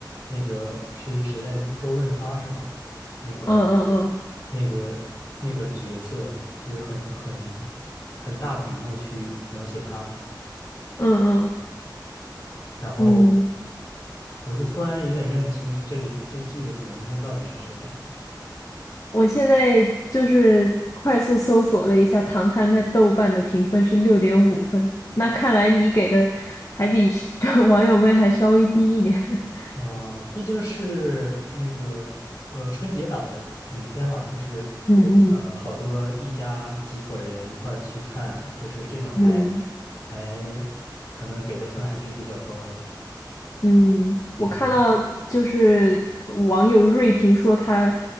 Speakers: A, on the left; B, on the left.
A: 那个是谁来着？周润发是吗？那个、
B: 嗯嗯嗯
A: 那个、那个角色，就是很很很大笔墨去描写他，
B: 嗯嗯。
A: 然后
B: 嗯
A: 我就突然有点认不清这里这剧的主人公到底是谁了。
B: 我现在就是快速搜索了一下，《唐探》在豆瓣的评分是六点五分。那看来你给的还比 <laughs> 网友们还稍微低一点。<laughs>
A: 嗯，毕竟是那个呃春节档的影片嘛，就是
B: 嗯
A: 呃好多一家几口人一块儿去看，就是这种还
B: 嗯嗯，
A: 还可能给的分还是比较高的吧。
B: 嗯，
A: 嗯，
B: 我看到就是网友锐评说他